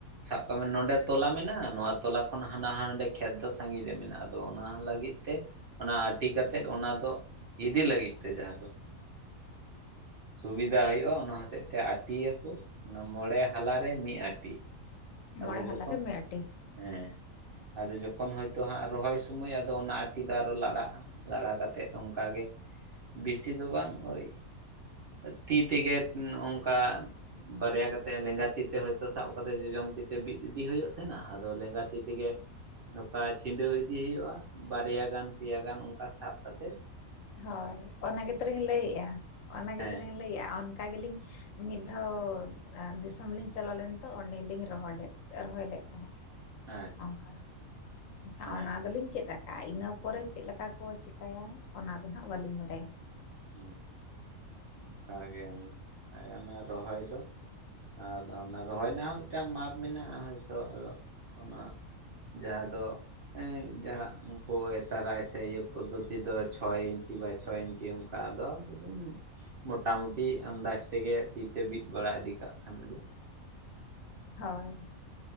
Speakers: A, on the right (about 55°); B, on the left (about 70°).
A: ᱥᱟᱵ ᱠᱟᱜ ᱢᱮ ᱱᱚᱸᱰᱮ ᱛᱚᱞᱟ ᱢᱮᱱᱟᱜᱼᱟ ᱱᱚᱣᱟ ᱛᱚᱞᱟ ᱠᱷᱚᱱ ᱦᱟᱱᱟ ᱦᱟᱸᱱ-ᱦᱟᱸᱰᱮ ᱠᱷᱮᱛ ᱫᱚ ᱥᱟᱺᱜᱤᱧ ᱨᱮ ᱢᱮᱱᱟᱜᱼᱟ ᱟᱫᱚ ᱚᱱᱟ ᱞᱟᱹᱜᱤᱫ ᱛᱮ ᱚᱱᱟ ᱟᱴᱤ ᱠᱟᱛᱮᱫ ᱚᱱᱟ ᱫᱚ ᱤᱫᱤ ᱞᱟᱹᱜᱤᱫ ᱛᱮ ᱡᱟᱦᱟᱸ ᱫᱚ ᱥᱩᱵᱤᱫᱟ ᱦᱩᱭᱩᱜᱼᱟ ᱚᱱᱟ ᱦᱚᱛᱮᱡ ᱛᱮ ᱟᱴᱤᱭᱟᱠᱚ ᱚᱱᱟ ᱢᱚᱬᱮ ᱦᱟᱞᱟᱨᱮ ᱢᱤᱫ ᱟᱴᱤ ᱟᱫᱚ
B: ᱢᱚᱬᱮ
A: ᱡᱚᱠᱷᱚᱱ
B: ᱦᱟᱞᱟᱨᱮ ᱢᱤᱫ ᱟᱹᱴᱤ
A: ᱦᱮᱸ ᱟᱫᱚ ᱡᱚᱠᱷᱚᱱ ᱦᱚᱳᱭᱛᱳ ᱦᱟᱸᱜ ᱨᱚᱦᱚᱭ ᱥᱩᱢᱚᱭ ᱟᱫᱚ ᱚᱱᱟ ᱟᱴᱤ ᱫᱚ ᱟᱨᱦᱚ ᱞᱟᱲᱟᱜᱼᱟ ᱞᱟᱲᱟ ᱠᱟᱛᱮᱫ ᱚᱱᱠᱟᱜ ᱜᱮ ᱵᱮᱥᱤ ᱫᱚ ᱵᱟᱝ ᱳᱭ ᱛᱤ ᱛᱮᱜᱮ ᱱᱚᱝᱠᱟ ᱵᱟᱨᱭᱟ ᱠᱟᱛᱮᱫ ᱞᱮᱸᱜᱟ ᱛᱤ ᱛᱮ ᱦᱳᱭᱛᱳ ᱥᱟᱵ ᱠᱟᱛᱮ ᱡᱚᱡᱚᱢ ᱛᱤ ᱛᱮ ᱵᱤᱫ ᱤᱫᱤ ᱦᱩᱭᱩᱜ ᱛᱟᱦᱮᱱᱟ ᱟᱫᱚ ᱞᱮᱸᱜᱟ ᱛᱤ ᱛᱮᱜᱮ ᱱᱚᱝᱠᱟ ᱪᱷᱤᱸᱰᱟᱹᱣ ᱤᱫᱤ ᱦᱩᱭᱩᱜᱼᱟ ᱵᱟᱨᱭᱟ ᱜᱟᱱ ᱯᱮᱭᱟ ᱜᱟᱱ ᱚᱱᱠᱟ ᱥᱟᱵ ᱠᱟᱛᱮᱜ
B: ᱦᱳᱭ ᱚᱱᱟ ᱜᱮᱛᱞᱤᱧ ᱞᱟᱹᱭᱮᱫᱼᱟ ᱚᱱᱟ
A: ᱦᱮᱸ
B: ᱜᱮᱛᱞᱤᱧ ᱞᱟᱹᱭᱮᱫᱼᱟ ᱚᱱᱠᱟ ᱜᱮᱞᱤᱧ ᱢᱤᱫ ᱫᱷᱟᱣ ᱫᱤᱥᱚᱢ ᱞᱤᱧ ᱪᱟᱞᱟᱣ ᱞᱮᱱ ᱛᱚ ᱚᱸᱰᱮᱞᱤᱧ ᱨᱚᱦᱚᱲ ᱞᱮᱫ ᱨᱚᱦᱚᱭ ᱞᱮᱫ ᱛᱟᱦᱮᱸᱫ
A: ᱟᱪᱪᱷᱟ
B: ᱚᱱᱠᱟ ᱮᱱᱠᱷᱟᱱ
A: ᱦᱮᱸ
B: ᱚᱱᱟ ᱫᱚᱞᱤᱧ ᱪᱮᱫ ᱠᱟ ᱤᱱᱟᱹ ᱯᱚᱨᱮ ᱪᱮᱫ ᱞᱮᱠᱟ ᱠᱚ ᱪᱤᱠᱟᱹᱟ ᱚᱱᱟᱫᱚ ᱦᱟᱸᱜ ᱵᱟᱹᱞᱤᱧ ᱵᱟᱰᱟᱭᱟ
A: ᱦᱩᱸ ᱚᱱᱠᱟᱜᱮ ᱠᱟ ᱚᱱᱟ ᱨᱚᱦᱚᱭ ᱫᱚ ᱟᱫᱚ ᱚᱱᱟ ᱨᱚᱦᱚᱭ ᱨᱮᱱᱟᱜ ᱦᱚᱸ ᱢᱤᱫᱴᱟᱝ ᱢᱟᱯ ᱢᱮᱱᱟᱜᱼᱟ ᱦᱚᱭᱛᱳ ᱟᱫᱚ ᱚᱱᱟ ᱡᱟᱦᱟᱸ ᱫᱚ ᱡᱟᱦᱟᱸ ᱩᱱᱠᱩ ᱮᱥ ᱟᱨ ᱟᱭ ᱥᱮ ᱤᱭᱟᱹ ᱯᱚᱫᱽᱫᱷᱚᱛᱤ ᱫᱚ ᱪᱷᱚᱭ ᱤᱧᱪᱤ ᱵᱟᱭ ᱪᱷᱚ ᱤᱧᱪᱤ ᱚᱱᱠᱟ ᱟᱫᱚ ᱟᱵᱩᱫᱩᱢ ᱢᱚᱴᱟᱢᱩᱴᱤ ᱟᱢᱫᱟᱡᱽ ᱛᱮᱜᱮ ᱛᱤᱛᱮ ᱵᱤᱫ ᱵᱟᱲᱟ ᱤᱫᱤ ᱠᱟᱜ ᱠᱷᱟᱱᱜᱮ
B: ᱦᱳᱭ